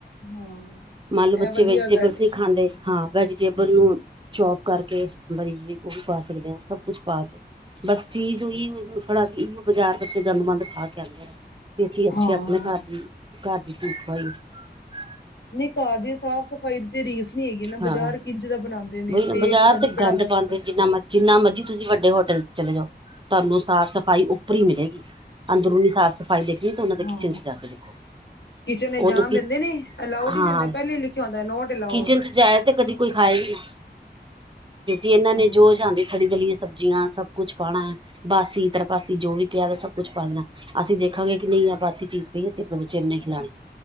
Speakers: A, on the left (about 90°); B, on the right (about 30°).
A: ਹਾਂ
B: ਮੰਨ ਲਓ ਬੱਚੇ
A: ਇਹ ਵਧੀਆ
B: ਵੈਜੀਟੇਬਲਸ
A: ਗੱਲ ਏ।
B: ਨਹੀਂ ਖਾਂਦੇ। ਹਾਂ। ਵੈਜੀਟੇਬਲ ਨੂੰ ਚੋਪ ਕਰਕੇ ਬਰੀਕ- ਬਰੀਕ ਗੋਭੀ ਪਾ ਸਕਦੇ ਹਾਂ। ਸਭ ਕੁਛ ਪਾ ਕੇ ਬਸ ਚੀਜ਼ ਹੀ ੳਹੀ ਥੋੜਾ ਬਾਜ਼ਾਰ ਵਿੱਚ ਗੰਦਮੰਦ ਖਾ ਕੇ ਆਉਂਦੇ ਰਹੇ। ਤੇ ਅਸੀਂ ਅੱਛੇ
A: ਹਾਂ।
B: ਆਪਣੇ ਘਰ ਦੀ ਘਰ ਦੀ ਚੀਜ਼ ਖਵਾਈ ਕੇ।
A: ਨਹੀਂ, ਘਰ ਦੀ ਸਾਫ਼- ਸਫ਼ਾਈ ਦੀ ਤੇ ਰੀਸ ਨਹੀਂ ਹੈਗੀ ਨਾ
B: ਹਾਂ
A: ਬਜ਼ਾਰ ਕਿੰਜ ਦਾ ਬਣਾਉਂਦੇ। ਨੇ
B: ਵਹੀ ਨਾ,
A: ਤੇਲ
B: ਬਾਜ਼ਾਰ
A: ਪਤਾ ਨੀ
B: ਤੇ
A: ਕਿਹੜਾ
B: ਗੰਦ
A: ਵਰਤਦੇ
B: ਪਾਉਂਦੇ
A: ਨੇ।
B: ਜਿੰਨਾ ਮਰ ਜਿੰਨਾ ਮਰਜੀ ਤੁਸੀਂ ਵੱਡੇ ਹੋਟਲ ਚ' ਚਲੇ ਜਾਓ। ਤੁਹਾਨੂੰ ਸਾਫ਼ -ਸਫ਼ਾਈ ਉੱਪਰੀ ਮਿਲੇਗੀ। ਅੰਦਰੂਨੀ ਸਾਫ਼ ਸਫ਼ਾਈ ਦੇਖਣੀ ਤੇ ਉਹਨਾਂ ਦੇ
A: ਹਾਂ
B: ਕਿਚਨ ਚ ਜਾ ਕੇ ਦੇਖੋ।
A: ਕਿਚਨ ਵਿਚ ਜਾਣ
B: ਉਦੋਂ ਕਿ
A: ਦਿੰਦੇ ਨੇ ਅਲਾਡ
B: ਹਾਂ
A: ਈ ਨੀ ਹੁੰਦਾ। ਪਹਿਲੇ ਹੀ ਲਿਖਿਆ ਹੂੰਦਾ ਨੋਟ ਅਲਾਡ।
B: ਕਿਚਨ ਚ ਜਾਏ ਤੇ ਕਦੀ ਕੋਈ ਖਾਏ ਹੀ ਨਾ ਕਿਉਂਕਿ ਇਹਨਾਂ
A: ਹਾਂ
B: ਨੇ ਜੋ ਚ ਆਦੀ ਸੜੀ ਦਲੀਆਂ ਸਬਜ਼ੀਆਂ ਸਭ ਕੁੱਛ ਪਾਣਾ ਬਾਸੀ ਤਰਪਾਸੀ ਜੋ ਵੀ ਪਿਆ ਦਾ ਸਭ ਕੁੱਛ ਪਾ ਦੇਣਾ। ਅਸੀਂ ਦੇਖਾਂਗੇ ਕਿ ਨੀ ਆ ਬਾਸੀ ਚੀਜ਼ ਨੀ ਅਸੀ ਆਪਣੇ ਬੱਚਿਆਂ ਨੂੰ ਨਹੀਂ ਖਲਾਣੀ।